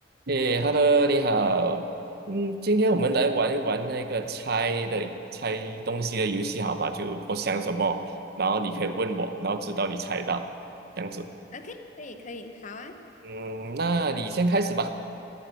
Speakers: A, on the right (about 60°); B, on the left (about 40°).
A: 诶，Hello，你好。嗯，今天我们来玩一玩那个猜的猜东西的游戏，好吗？就我想什么，然后你可以问我，然后直到你猜到，这样子。
B: OK，可以可以，好啊，
A: 嗯，那你先开始吧。